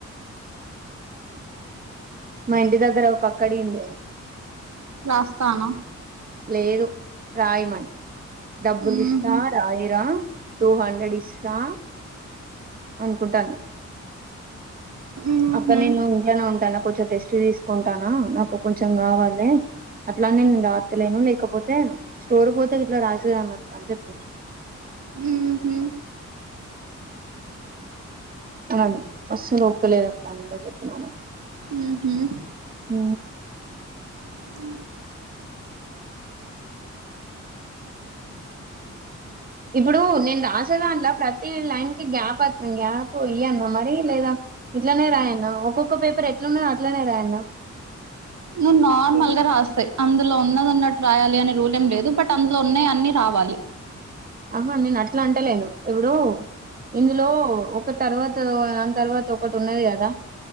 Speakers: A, on the right; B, on the right.
A: మాఇంటి దగ్గర ఒక అక్క అడిగిందే
B: రాస్థానా
A: లేదు రాయిమని డబ్బుల్
B: ఊహు
A: ఇస్తా రాయిరా టూ హండ్రెడ్ ఇస్తా అన్కుంటాన్ద్
B: ఊహు
A: అబ్బ నేను ఇంట్లనే ఉంట నా కొంచెం టెస్ట్ తీసుకుంటాన నాకొ కొంచెం గావాలే అట్లానేే నేన్ రాతలేను లేకపోతే స్టోర్ కి పోతేగి ఇట్ల రాసేదాన్నక్క అని జేప్పు
B: ఊహు
A: అవును అస్సలు ఓపికలేద్ ఆమెతో చెప్పినానని
B: ఊహు
A: ఊ
B: అ
A: ఇప్పుడ్ రాసేదంట్ల ప్రతి లైన్ కి గ్యాప్ అత్త గ్యాప్ ఇయ్యన్నా మరి లేదా ఇట్లనే రాయన్న ఒక్కొక్క పేపర్ ఎట్లాన్నాది అట్లనే రాయన్న
B: నువ్ నార్మల్ గా రాస్తాయి అందులో ఉన్నది ఉన్నట్టు రాయాలి అని రూల్ ఏం లేదు బట్ అందులో ఉన్నాయి అన్ని రా వాలి
A: ఆహా నేను అట్లా అంటలేను ఇప్పుడు ఇందులో ఒక తర్వాత తర్వాత ఒకటి ఉన్నది కదా